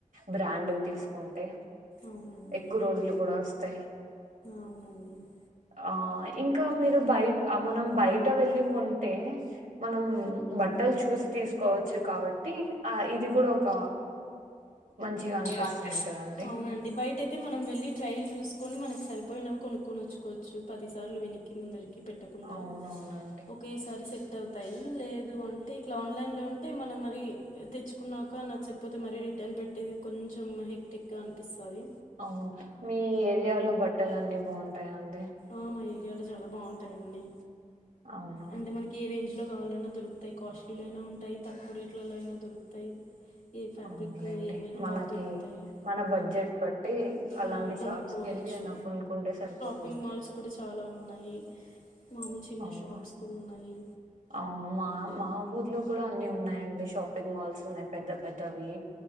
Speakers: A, on the right (about 75°); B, on the left (about 85°).
A: బ్రాండువి తీసుకుంటే
B: అవునండి
A: ఎక్కువ రోజులు కూడా వస్తాయి
B: అవునండి
A: ఆ ఇంకా మీరు బయ మనం బయట వెళ్ళ కొంటే మనం బట్టలు చూసి తీసుకోవచ్చు కాబట్టి ఆ ఇది కూడా ఒక మంచిగా అనిపిస్తుంది
B: చిగా అనిపిస్తు,
A: కదండి
B: అవునండి బయట అయితే మనం వెళ్ళి ట్రైల్ చూసుకొని మనకి సరి పోయినవి కొనుక్కొని వచ్చుకోవచ్చు పదిసార్లు వేనక్కి ముందరికి. వెనక్కి పెట్టకుండా
A: అవునవునండి
B: ఒకేసారి సెట్ అవుతాయి. లేదు అంటే ఇట్లా ఆన్లైన్ లేదంటే అంటే మనం మరి తెచ్చుకున్నాక నచ్చకపోతే మరి రిటర్న్ పెట్టేది. కొంచెం హెక్టిక్ గా అనిపిస్తది.
A: అవును మీ ఏరియాలో బట్టలు అన్ని బాగుంటాయా. అండి
B: ఆ మా ఏ ఏరియాలో చాలా బాగుంటాయండి
A: అవునా
B: అంటే మనకి ఏ రేంజ్ లో కావాలన్నా దొరుకుతాయి కాస్ట్లీలో అయినా ఉంటాయి. తక్కువ రేట్లలో అయినా దొరుకుతాయి. ఏ ఫ్యాబ్రిక్
A: అవునులేండి
B: ఏవైనా
A: మనకి
B: బాగా దొరుకుతాయి
A: మన బడ్జెట్ బట్టి అలాంటి
B: ఆ కొనుక్కోవచ్చు
A: షాప్స్ కి వెళ్ళి అలా కొనుకుంటే సరిపోత్
B: షాపింగ్ మాల్స్ కూడా చాలా ఉన్నాయి. మామూలు చిన్న
A: అవునా
B: షాప్స్ కూడా ఉన్నాయి
A: అవును మా మాఊరిలో కూడా అన్ని ఉన్నాయండి. షాపింగ్ మాల్స్ ఉన్నాయి. పెద్ద పెద్దవి.